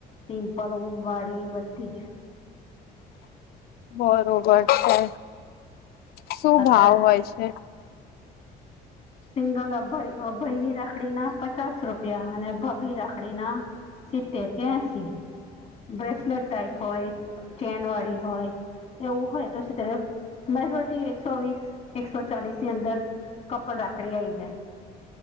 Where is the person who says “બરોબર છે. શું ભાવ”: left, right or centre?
Left